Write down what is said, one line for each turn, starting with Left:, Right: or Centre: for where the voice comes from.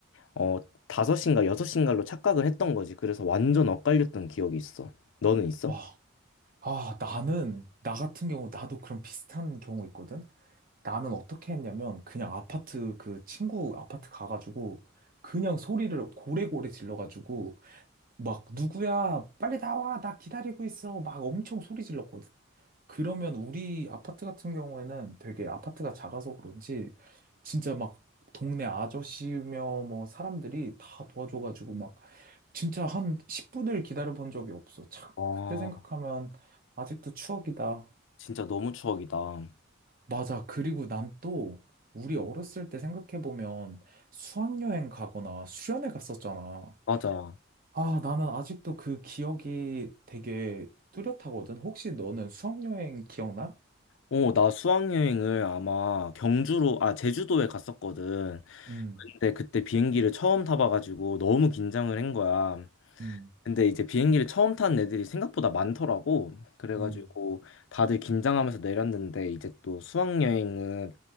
Left: 어 5시인가 6시인가로 착각을 했던 거지. 그래서 완전 엇갈렸던 기억이 있어. 너는 있어?
Right: 와, 아, 나는 나 같은 경우 나도 그런 비슷한 경우 있거든. 나는 어떻게 했냐면 그냥 아파트 그 친구 아파트 가가지고 그냥 소리를 고래고래 질러가지고 막 누구야 빨리 나와 나 기다리고 있어 막 엄청 소리 질렀거든. 그러면 우리 아파트 같은 경우에는 되게 아파트가 작아서 그런지 진짜 막 동네 아저씨며 뭐 사람들이 다 도와줘가지고 막 진짜 한 10분을 기다려본 적이 없어. 참
Left: 아,
Right: 그때 생각하면 아직도 추억이다.
Left: 진짜 너무 추억이다.
Right: 맞아. 그리고 난 또 우리 어렸을 때 생각해보면 수학여행 가거나 수련회 갔었잖아.
Left: 맞아.
Right: 아, 나는 아직도 그 기억이 되게 뚜렷하거든. 혹시 너는 수학여행 기억나?
Left: 어, 나 수학여행을 아마 경주로, 아, 제주도에 갔었거든.
Right: 음,
Left: 근데 그때 비행기를 처음 타봐가지고 너무 긴장을 한 거야.
Right: 음,
Left: 근데 이제 비행기를 처음 탄 애들이 생각보다 많더라고. 그래가지고
Right: 음.
Left: 다들 긴장하면서 내렸는데 이제 또 수학여행은